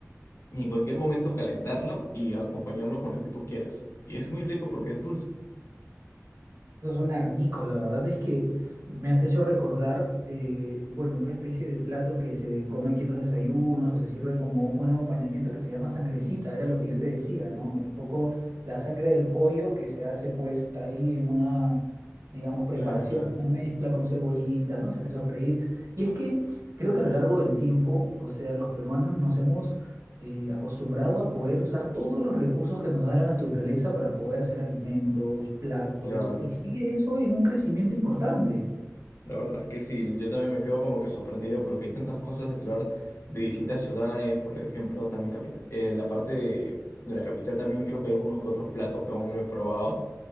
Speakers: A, on the left; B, on the right.
A: y en cualquier momento calentarlo y acompañarlo con lo que tú quieras. Y es muy rico porque es dulce.
B: Eso suena rico, la verdad es que me has hecho recordar, eh, bueno, una especie de plato que se come aquí en los desayunos o se sirve como un acompañamiento que se llama sangrecita, era lo que yo te decía, ¿no? Un poco la sangre del pollo que se hace pues ahí en una, digamos, preparación,
A: Claro, claro.
B: una mezcla con cebollita, ¿no? Se hace sofreír. Y es que creo que a lo largo del tiempo, o sea, los peruanos nos hemos eh, acostumbrado a poder usar todos los recursos que nos da la naturaleza para poder hacer alimentos, platos,
A: Claro,
B: y sigue eso en un crecimiento importante.
A: la verdad es que sí, yo también me quedo como que sorprendido porque hay tantas cosas de explorar de distintas ciudades, por ejemplo, también capit- eh, la parte de, de la capital también creo que hay algunos que otros platos que aún no he probado